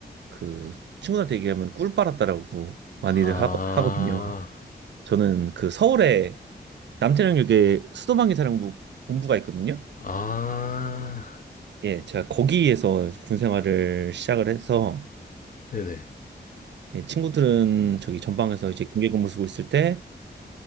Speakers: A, on the right (about 85°); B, on the left (about 50°).
A: 그 친구들한테 얘기하면 꿀 빨았다라고 많이들
B: 아,
A: 하, 하거든요. 저는 그 서울에 남태령역에 수도방위 사령부 본부가 있거든요.
B: 아,
A: 예, 제가 거기에서 군 생활을 시작을 해서,
B: 네네.
A: 예, 친구들은 저기 전방에서 이제 경계 근무 쓰고 있을 때,